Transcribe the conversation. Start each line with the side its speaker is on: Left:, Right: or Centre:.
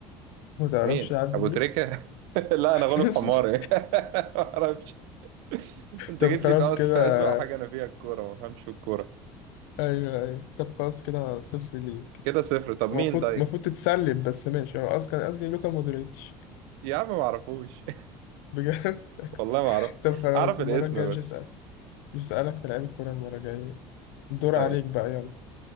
Left: ما تعرفش
Right: مين
Left: يعدي
Right: ابو
Left: بيه
Right: تريكة <laughs> لا
Left: <laughs>
Right: انا غلب حماري <laughs> ما اعرفش انت
Left: طب
Right: جيت
Left: خلاص
Right: لي في أس...
Left: كده
Right: في اسوأ حاجه انا فيها الكوره ما بفهمش في الكوره
Left: ايوه ايوه طب خلاص كده صفر ليك
Right: كده صفر طب مين
Left: المفروض
Right: طيب
Left: المفروض تتسلب بس ماشي انا اصلا قصدي لوكا مودريتش
Right: يا عم ما اعرفوش <laughs>
Left: بجد <laughs>
Right: والله ما اعرف
Left: طب خلاص
Right: اعرف الاسم
Left: المره الجايه مش
Right: بس
Left: هسأل يسألك في لعيب الكورة المرة الجاية الدور
Right: طيب
Left: عليك بقى يلا